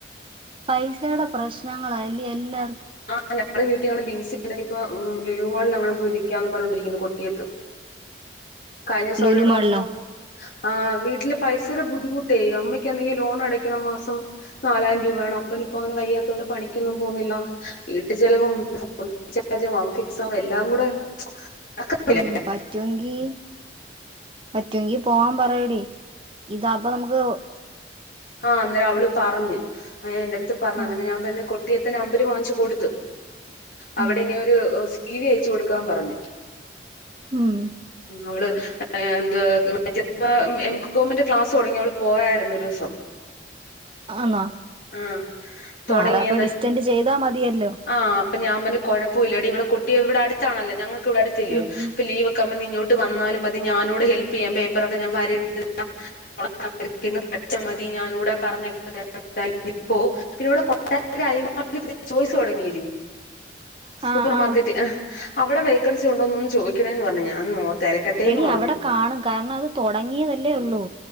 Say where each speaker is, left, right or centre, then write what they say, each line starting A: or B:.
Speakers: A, on the right; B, on the left.
A: പൈസടെ പ്രശ്നങ്ങളാ ല്യോ എല്ല
B: ആഹ് ഞങ്ങടെ വീട്ടി <unintelligible> ബിൻസി ആണേ ഇപ്പ ഉം ലുലുമാളിൽ എങ്ങണും പോയി നിക്കാന്ന് പറഞ്ഞോണ്ടിരിക്കുന്നു കൊട്ടിയത്ത് കഴിഞ്ഞസോളോ
A: ലുലുമാളിലോ
B: ഇവിടെ വന്നപ്പോ ആ വീട്ടില് പൈസടെ ബുദ്ധിമുട്ടേ അമ്മയ്ക്കെന്തെങ്കിൽ ലോൺ അടക്കണം മാസം നാലായിരം രൂപ വേണം അപ്പനിപ്പോ അങ്ങനെ വയ്യാത്തോണ്ട് പണിക്കൊന്നും പോകുന്നില്ല വീട്ടു ചെലവും ഫോൺചാർജും അവക്ക് എക്സാം എല്ലാം കൂടെ നടക്കുന്നില്ല
A: ഉം പറ്റുവെങ്കി പറ്റുവെങ്കി പോവാൻ പറയടി ഇതമ്പാ നമുക്ക്
B: ആഹ് അന്നേരം അവള് പറഞ്ഞ് എന്റെ അടുത്ത് പറഞ്ഞു
A: ഉം
B: അങ്ങനെ ഞാൻ പറഞ്ഞ കൊട്ടിയത്തെ നമ്പര് വാങ്ങി ച്ചു കൊടുത്ത് അവിടെ
A: ഉം
B: ഇനി ഒരു സി വി അയച്ചു കൊടുക്കാൻ പറഞ്ഞു
A: ഉം
B: അവള് എന്ത് <unintelligible> എം കോമിന്റെ ക്ലാസ് തൊടങ്ങി അവള് പോയായിരുന്നു ഒ ദിവസം
A: ആന്നോ
B: ആഹ് തൊടങ്ങിയന്ന്
A: ആ അതപ്പൊ ഡിസ്റ്റന്റ് ചെയ്താ മതിയല്ലോ
B: ആഹ് അപ്പൊ ഞാൻ പറഞ്ഞ് കൊഴപ്പവില്ലടി ഇവിടെ കൊ ട്ടിയം ഇവിടെടുത്താണല്ലോ ഞങ്ങ വിടടുത്തില്യോ
A: ഉം ഉം
B: അപ്പോ ലീവ് ഒക്കെവുമ്പോ നീ ഇഞ്ഞോ വന്നാലും മതി ഞാനൂടെ ഹെൽപ്പെയ്യാം പേപ്പറൊക്കെ ഞാൻ വരയിട്ട് തരാം <unintelligible> ഞാനൂടെ പറഞ്ഞേക്കെ തരാം <unintelligible> പിന്നെ ഇവിടെ കൊട്ടാരക്കര ഐ മാൾ അതില് പുത്യ ചോയ്സ് തൊടങ്ങീലെ സൂപ്പർ
A: ആ
B: മാർക്കെറ്റ്
A: ആ
B: ആഹ് അവിടെ വേക്കൻസി ഉണ്ടോന്നൊന്ന് ചോയ്ക്കണേന്ന് പറഞ്ഞു ഞാൻ നോ തിരക്കട്ടേന്ന്
A: എടി
B: പറഞ്ഞു
A: അവടെ കാണും കാരണം അത് തൊടങ്ങിയതല്ലേ ഒള്ളൂ